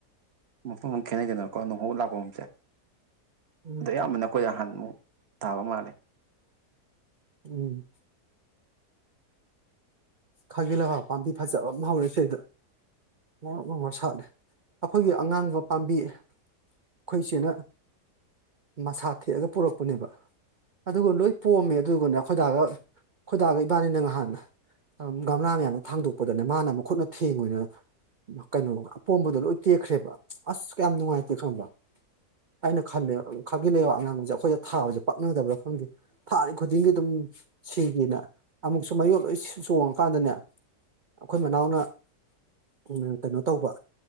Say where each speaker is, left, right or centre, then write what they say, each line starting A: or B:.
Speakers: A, on the right; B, on the right.
A: ꯃꯐꯝ ꯑꯃ ꯈꯦꯠꯅꯩꯗꯅ ꯀꯣ ꯅꯣꯡꯍꯧ ꯂꯥꯛꯄꯝꯁꯦ
B: ꯎꯝ
A: ꯑꯌꯥꯝꯕꯅ ꯑꯈꯣꯏ ꯌꯍꯥꯟꯃꯨꯛ ꯇꯥꯕ ꯃꯥꯜꯂꯦ
B: ꯎꯝ ꯈꯥꯒꯤ ꯂꯩꯍꯥꯎ ꯄꯥꯝꯕꯤ ꯐꯖꯕꯝꯃ ꯍꯧꯔꯦ ꯁꯤꯗ ꯉꯧꯔꯣꯛ ꯉꯧꯅ ꯁꯥꯠꯂꯦ ꯑꯈꯣꯏꯒꯤ ꯑꯉꯥꯡꯕ ꯄꯥꯝꯕꯤ ꯑꯈꯣꯏ ꯆꯦꯅ ꯃꯁꯥ ꯊꯦꯛꯑꯒ ꯄꯨꯔꯛꯄꯅꯦꯕ ꯑꯗꯨꯒ ꯂꯣꯏ ꯄꯣꯝꯃꯦ ꯑꯗꯨꯒꯅꯦ ꯑꯥꯈꯣꯏꯗꯥꯒ ꯈꯣꯏꯗꯥꯒ ꯏꯕꯥꯅꯤꯅ ꯉꯍꯥꯟꯅ ꯒꯝꯂꯥ ꯃꯌꯥꯝꯗꯣ ꯊꯥꯡꯗꯣꯛꯄꯗꯅꯦ ꯃꯥꯅ ꯃꯈꯨꯠꯅ ꯊꯦꯡꯉꯨꯏꯅ ꯀꯩꯅꯣ ꯑꯄꯣꯝꯕꯗꯣ ꯂꯣꯏ ꯇꯦꯛꯈ꯭ꯔꯦꯕ ꯑꯁ ꯀꯌꯥꯝ ꯅꯨꯡꯉꯥꯏꯇꯦ ꯈꯪꯕꯔꯥ ꯑꯩꯅ ꯈꯜꯂꯦ ꯈꯥꯒꯤ ꯂꯩꯕꯥꯛ ꯑꯉꯥꯡꯕꯖꯦ ꯑꯩꯈꯣꯏꯗ ꯊꯥꯕꯖꯦ ꯄꯛꯅꯗꯕ꯭ꯔꯥ ꯈꯪꯗꯦ ꯊꯥꯔꯤ ꯈꯨꯗꯤꯡꯒꯤ ꯑꯗꯨꯝ ꯁꯤꯒꯤꯅ ꯑꯃꯨꯛꯁꯨ ꯃꯌꯣꯜ ꯂꯣꯏꯁꯨ ꯆꯣꯡꯉꯀꯥꯟꯗꯅꯦ ꯑꯈꯣꯏ ꯃꯅꯥꯎꯅ ꯎꯝ ꯀꯩꯅꯣ ꯇꯧꯕ